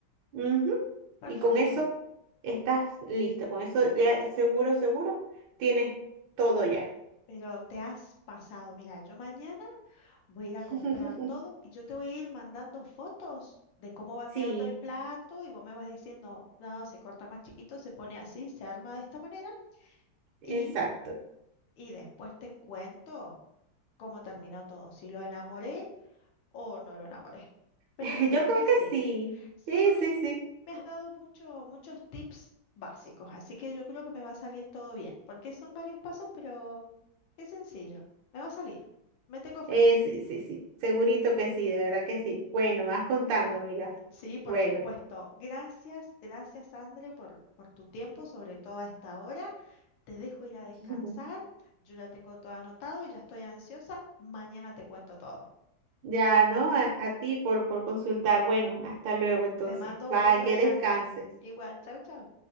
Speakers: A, on the right (about 80°); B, on the left (about 80°).
A: Ujú.
B: Perfecto.
A: Y con eso estás lista, con eso ya seguro, seguro, tienes todo ya.
B: Pero te has pasado. Mira, yo mañana voy a ir a comprar
A: <laughs>
B: todo y yo te voy a ir mandando fotos de cómo va
A: Sí,
B: quedando el plato y vos me vas diciendo, no, se corta más chiquito, se pone así, se arma de esta manera y,
A: exacto.
B: y después te cuento cómo terminó todo, si lo enamoré o no lo enamoré. Pero
A: <laughs>
B: yo creo
A: Yo creo
B: que
A: que
B: sí.
A: sí.
B: Sí,
A: Sí,
B: porque
A: sí, sí.
B: me has dado mucho, muchos tips básicos, así que yo creo que me va a salir todo bien, porque son varios pasos, pero es sencillo, me va a salir, me tengo fe.
A: Eh, sí, sí, sí, segurito que sí, de verdad que sí. Bueno, vas contando, amiga.
B: Sí, por
A: Bueno,
B: supuesto. Gracias, gracias, André, por, por tu tiempo, sobre todo a esta hora. Te dejo ir a descansar.
A: <laughs>
B: Yo ya tengo todo anotado y ya estoy ansiosa. Mañana te cuento todo.
A: ya, ¿no? A, a ti por, por consultar. Bueno, hasta luego entonces.
B: Te mando
A: Bye,
B: un beso
A: que
B: grande.
A: descanses.
B: Igual, chau, chau.